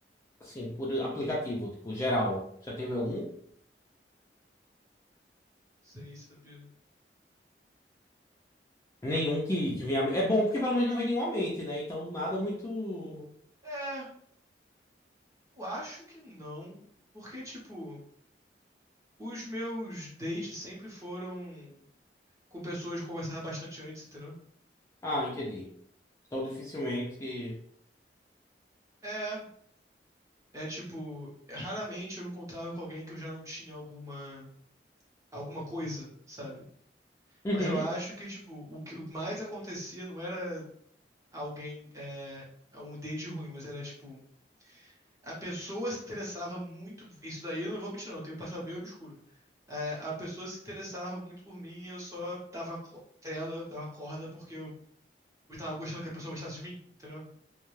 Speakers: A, on the left (about 15°); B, on the right (about 20°).
A: assim, por aplicativo, tipo, geral. Já teve algum?
B: Sei, sabia?
A: Nenhum que, que venha. É bom porque pelo menos não vem nenhum à mente, né? Então nada muito.
B: É, eu acho que não. Porque, tipo. Os meus dates sempre foram com pessoas que eu conversava bastante antes, entendeu?
A: Ah, entendi. Então dificilmente.
B: É, é tipo, raramente eu me encontrava com alguém que eu já não tinha alguma alguma coisa, sabe?
A: Uhum.
B: Mas eu acho que tipo, o que mais acontecia não era alguém é, um date ruim, mas era tipo A pessoa se interessava muito. Isso daí eu não vou mentir, não. Eu tenho um passado bem obscuro. É, a pessoa se interessava muito por mim e eu só dava co- trela, dava corda, porque eu eu tava gostando que a pessoa gostasse de mim, entendeu?